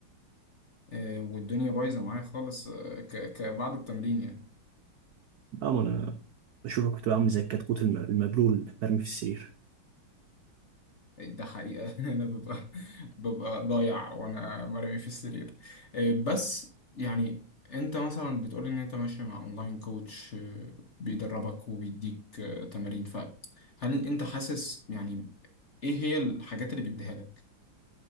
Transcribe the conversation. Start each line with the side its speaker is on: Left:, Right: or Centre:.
Left: أه، والدنيا بايظه معايا خالص أه، ك- ك- بعد التمرين يعني
Right: اه ما انا بشوفك كنت عامل زي الكتكوت الم- المبلول اللي مرمي في السرير
Left: ده حقيقة <laughs> أنا ببقى ببقى ضايع وأنا مرمي في السرير إيه، بس يعني أنت مثلا بتقول إن أنت ماشي مع أونلاين كوتش إيه، بيدربك وبيديك إيه، تمارين فهل أنت حاسس يعني إيه هي الحاجات اللي بيديها لك؟